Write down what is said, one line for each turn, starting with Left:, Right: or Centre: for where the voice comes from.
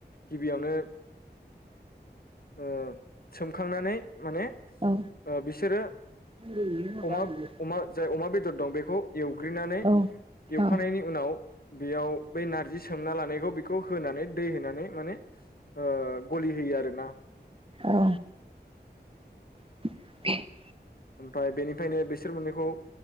Left: गिबियावनो ओ सोमखांनानै माने ओ
Right: औ
Left: बिसोरो
Right: <unintelligible>
Left: अमा अमा जाय अमा बेदर दं बेखौ एवग्रोनानै
Right: औ
Left: एवखानायनि‌
Right: औ
Left: उनाव बेयाव बै नारजि सोमना लानायखौ बेखौ होनानै दै होनानै माने ओ गलि होयो आरोना।
Right: ओ। <inaudible>
Left: आमफ्राय बेनिफ्रायनो बिसोर मोननैखौ